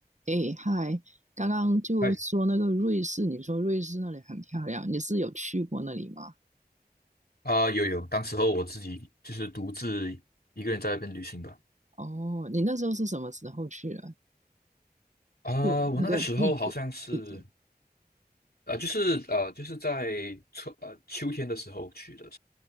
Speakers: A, on the right; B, on the left.
A: 哎，嗨，刚刚就说那个瑞士，
B: 嗨，
A: 你说瑞士那里很漂亮，你是有去过那里吗？
B: 啊，有有，当时候我自己就是独自一个人在那边旅行吧。
A: 哦，你那时候是什么时候去的？
B: 啊，
A: 就那个季节，
B: 我那个时候好像是，
A: 季节。
B: 呃，就是呃，就是在春呃秋天的时候去的，